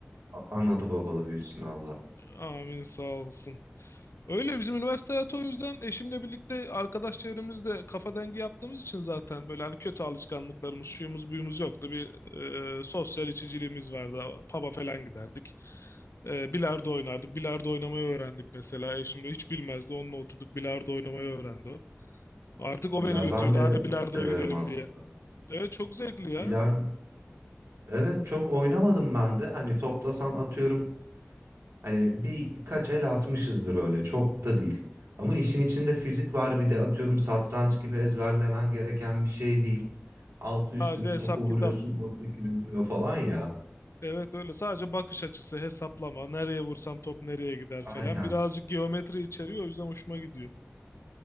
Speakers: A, on the right; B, on the left.
A: A- Anadı babalı büyüsün Allah.
B: Amin, sağ olsun. Öyle bizim üniversite hayatı o yüzden eşimle birlikte arkadaş çevremizde kafa dengi yaptığımız için zaten böyle hani kötü alışkanlıklarımız, şuyumuz, buyumuz yoktu. Bir e, sosyal içiciliğimiz vardı. Pub'a falan giderdik. E, bilardo oynardık. Bilardo oynamayı öğrendik mesela. Eşim de hiç bilmezdi. Onunla oturduk bilardo oynamayı öğrendi o. Artık o
A: Güzel.
B: beni götürüyordu.
A: Ben de
B: Hadi bilardoya
A: severim
B: gidelim
A: aslında.
B: diye. Evet çok zevkli ya.
A: Bilardo evet çok oynamadım ben de. Hani toplasan atıyorum hani birkaç el atmışızdır öyle. Çok da değil. Ama işin içinde fizik var bir de atıyorum satranç gibi ezberlemen gereken bir şey değil. Altı üstü
B: Sadece
A: bir topu
B: hesap
A: vuruyorsun,
B: kitap.
A: ortakini vuruyor falan ya.
B: Evet öyle. Sadece bakış açısı, hesaplama. Nereye vursam top nereye gider
A: Aynen.
B: falan. Birazcık geometri içeriyor. O yüzden hoşuma gidiyor.